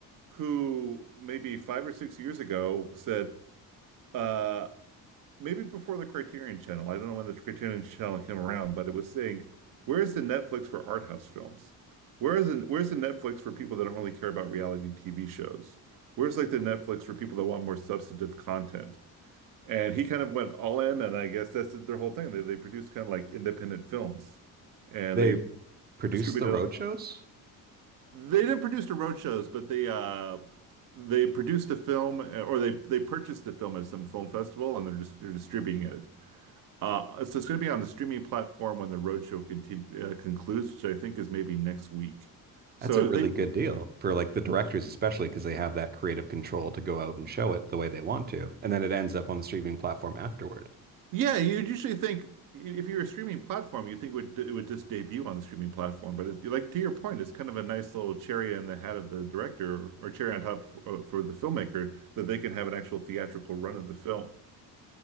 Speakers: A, on the right (about 60°); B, on the right (about 25°).
A: who maybe five or six years ago said, uh, maybe before the Criterion Channel, I don't know when the Criterion Channel came around, but it was saying, where's the Netflix for art house films? Where is the, where's the Netflix for people that don't really care about reality TV shows? Where's like the Netflix for people that want more substantive content? And he kind of went all in, and I guess that's their whole thing. They, they produce kind of like independent films and
B: They
A: they
B: produced
A: distributed
B: the road
A: on.
B: shows.
A: They didn't produce the road shows, but they uh they produced a film uh, or they they purchased a film at some film festival and they're just they're distributing it. Uh, so it's going to be on the streaming platform when the roadshow continue, uh, concludes, which I think is maybe next week. So
B: That's a really
A: they,
B: good deal for like the directors, especially because they have that creative control to go out and show it the way they want to, and then it ends up on the streaming platform afterward.
A: yeah, you'd usually think if you're a streaming platform, you think it would it would just debut on the streaming platform. But it's, like to your point, it's kind of a nice little cherry in the hat of the director or cherry on top for, for the filmmaker that they can have an actual theatrical run of the film.